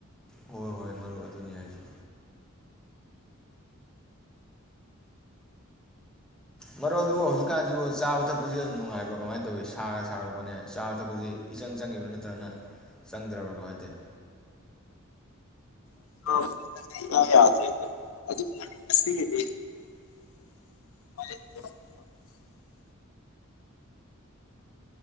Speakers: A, in the centre; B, on the left.
A: ꯍꯣꯏ ꯍꯣꯏ ꯃꯔꯨꯞ ꯑꯗꯨꯅꯤ ꯍꯥꯏꯁꯤ ꯃꯔꯣ ꯑꯗꯨꯕꯨ ꯍꯧꯖꯤꯛꯀꯥꯟꯁꯤꯕꯨ ꯆꯥꯕ ꯊꯛꯄꯁꯤ ꯑꯗꯨꯝ ꯅꯨꯡꯉꯥꯏꯕ꯭ꯔꯥ ꯀꯃꯥꯏꯅ ꯇꯧꯋꯤ ꯁꯥꯒ ꯁꯥꯒꯠꯂꯛꯄꯅꯦ ꯆꯥꯕ ꯊꯛꯄꯁꯤ ꯏꯆꯪ ꯆꯪꯉꯤꯕ꯭ꯔꯥ ꯅꯠꯇ꯭ꯔꯒꯅ ꯆꯪꯗ꯭ꯔꯕ꯭ꯔꯅꯣ ꯀꯃꯥꯏꯅꯥ ꯇꯧꯏ
B: <unintelligible> ꯑꯌꯥ ꯌꯥꯗꯔꯦꯗ ꯉꯥꯁꯤꯗꯤ <unintelligible>